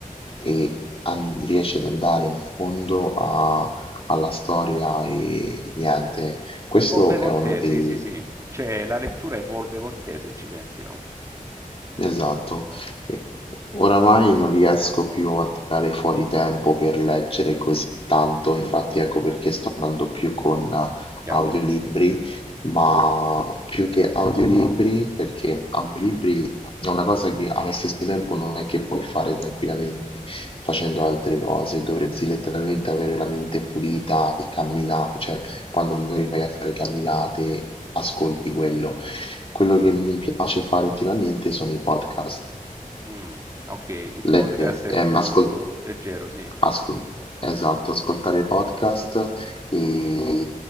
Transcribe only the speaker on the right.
Evolve
con
te,
sì, sì, sì. Cioè, la lettura evolve con te, se ci pensi, no?
Gli audio.
Mhm.
Mm, Ok, il podcast
è
più
leggero, sì.